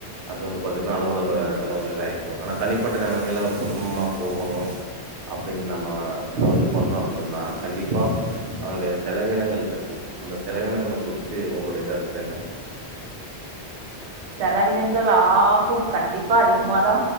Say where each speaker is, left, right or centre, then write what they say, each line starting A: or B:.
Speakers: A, on the right; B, on the right.
A: அது வந் பாத்தீட்டின்னா அலுவலக
B: ம்
A: செலவுல இது ஆயிக்கு ஆனா தனிப்பட்ட நெலமையில ஒரு குடும்பமா போகணு அப்டின்னு நம்ம இது பண்ணோ அப்டின் சொன்னா கண்டிப்பா அதனுடைய செலவினங்கள் இருக்கு அந்த செலவினங்கள குறிச்சி உங்களுடைய கருத்து என்ன
B: செலவினங்கள் ஆகு கண்டிப்பா அதிகமாதா